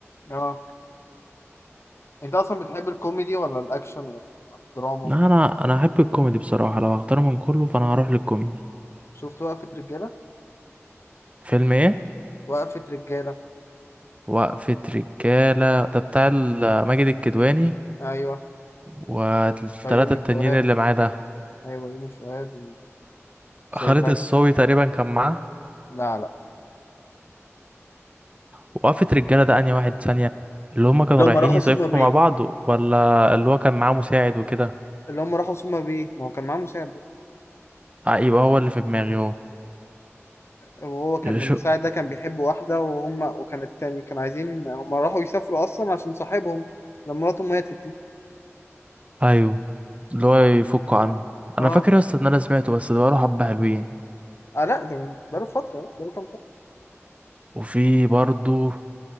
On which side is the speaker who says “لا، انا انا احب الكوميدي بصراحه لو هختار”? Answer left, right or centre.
Right